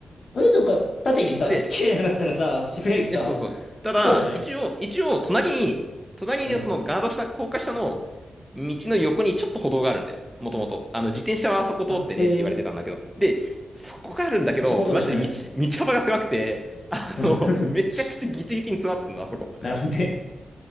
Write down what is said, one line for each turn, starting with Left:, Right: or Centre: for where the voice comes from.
Left: あれなんか縦にさ、
Centre: で、
Left: 突っ切れなかったらさ、渋谷駅さ、
Centre: え、そうそう。ただ、
Left: クソじゃない
Centre: 一応、一応、隣に、隣にそのガード下、
Left: うん。
Centre: 高架下の道の横にちょっと歩道があるんだよ。もともと。あの、自転車はそこ通ってねって言われてたんだけど。
Left: あ、へえ。
Centre: で、そこがあるんだけど、
Left: そこ通るしかないの。
Centre: マジで道、道幅が狭くて、あの、
Left: <laughs>
Centre: めちゃくちゃギチギチに詰まってんの、あそこ。
Left: なるほどね。